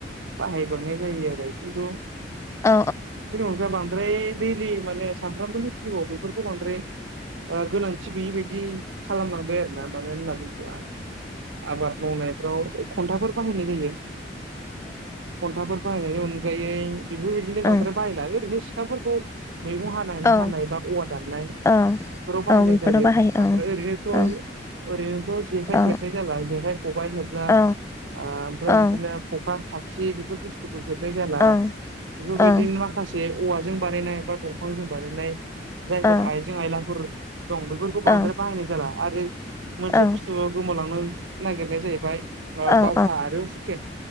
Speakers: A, on the right; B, on the left.
A: बाहायबावनाय जायो आरो खिन्थु
B: औ
A: बि हरज बांद्राय दैलि माने सानफ्रामबोनि जिउआव बेफोरखौ बांद्राय ओ गोनांथि गैयै बायदि- खालामलांबाय आरो ना मानो होनना बुङोब्ला आबाद मावनायफ्राव खन्थाफोर बाहायनाय जायो। खन्थाफोर बायनायनि उनाव गोयै बेफोरबायदिनो बांद्राय
B: औ
A: बाहायला ओरैनो <unintelligible> फोरखौ मैगं हानाय
B: औ
A: मा
B: औ
A: हानाय बा औवा दाननाय बेफोराव
B: औ
A: बाहायनाय
B: औ बेफोराव
A: जायो
B: बाहायो
A: ओमफ्राय ओरैनोथ
B: औ
A: ओरैनोथ जेखाइ
B: औ
A: खेबनाय जाला जेखाय खबाइ हेबला
B: औ
A: ओमफ्राय
B: औ
A: बिदिनो खखा खाखि बेफोर बुस्थुखौ हेब जाला
B: औ
A: बेफोरबायदिनो
B: औ
A: माखासे औवाजों बानायनाय बा दंफांजों बानायनाय जायफोर
B: औ
A: आइजें आइलाफोर- दं बेफोरखौ बांद्राय
B: औ
A: बाहायनाय जाला, आरो मोनसे
B: औ
A: बुस्थु गोमालांनो, नागिरनाया जाहैबाय, ओ बावखा
B: औ
A: आरो हुकेन